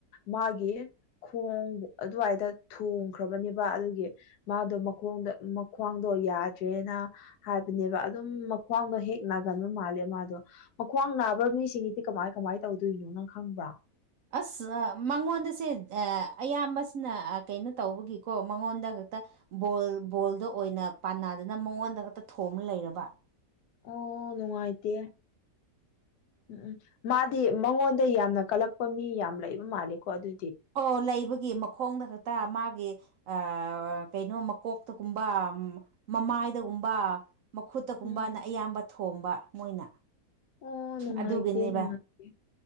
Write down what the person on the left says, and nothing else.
ꯃꯥꯒꯤ ꯈꯣꯡ ꯑꯗꯨꯋꯥꯏ ꯇ ꯊꯣꯝꯈ꯭ꯔꯕꯅꯦꯕꯥ ꯑꯗꯨꯒꯤ ꯃꯥꯗꯣ ꯃꯈꯣꯡꯗ ꯃꯈ꯭ꯋꯥꯡꯗꯣ ꯌꯥꯗ꯭ꯔꯦꯅꯥ ꯍꯥꯏꯕꯅꯦꯕꯥ ꯑꯗꯨꯝ ꯃꯈ꯭ꯋꯥꯡꯗꯣ ꯍꯦꯛ ꯅꯥꯒꯟꯕ ꯃꯥꯜꯂꯦ ꯃꯥꯗꯣ ꯃꯈ꯭ꯋꯥꯡ ꯅꯥꯕ ꯃꯤꯁꯤꯡꯒꯤꯗꯤ ꯀꯃꯥꯏ ꯀꯃꯥꯏ ꯇꯧꯗꯣꯏꯅꯣ ꯅꯪ ꯈꯪꯕ꯭ꯔꯥ
ꯑꯣ ꯅꯨꯡꯉꯥꯏꯇꯦ ꯎꯝ ꯎꯝ ꯃꯥꯗꯤ ꯃꯉꯣꯟ ꯇꯩ ꯌꯥꯝꯅ ꯀꯜꯂꯛꯄ ꯃꯤ ꯌꯥꯝ ꯂꯩꯕ ꯃꯥꯜꯂꯦꯀꯣ ꯑꯗꯨ
ꯎꯝ
ꯑ ꯅꯨꯡꯉꯥꯏꯇꯦ
ꯅꯨꯡꯉꯥꯏꯇꯦ